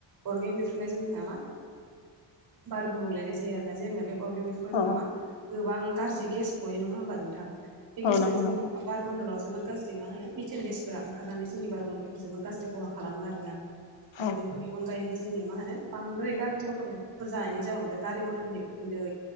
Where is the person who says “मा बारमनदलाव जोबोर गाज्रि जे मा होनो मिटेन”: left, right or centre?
Right